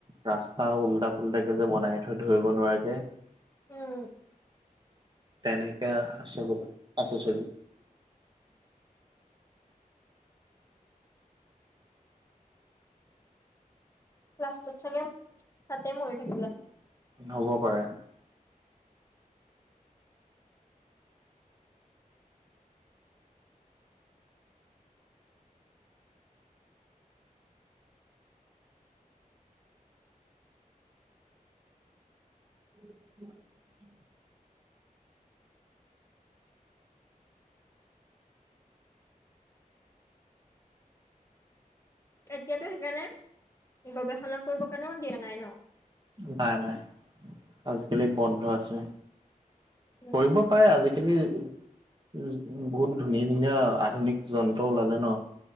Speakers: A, on the right (about 35°); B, on the left (about 20°).
A: ৰাস্তা উল্টা পুল্টাকে যে বনাই থয় ধৰিব নোৱাৰাকে
B: উম।
A: তেনেকে আছে বোলো, আছে চবি।
B: লাষ্টত চাগে ছাগে তাতে মৰি থাকিলে।
A: হ'ব পাৰে। <inaudible>
B: এতিয়াতো সেইকাৰণে গৱেষণা কৰিব কাৰণেও দিয়া নাই ন'?
A: নাই নাই, আজিকালি বন্ধ আছে।
B: উম,
A: কৰিব পাৰে, আজিকালি উ, বহুত ধুনীয়া ধুনীয়া, আধুনিক যন্ত্ৰ ওলালে ন'।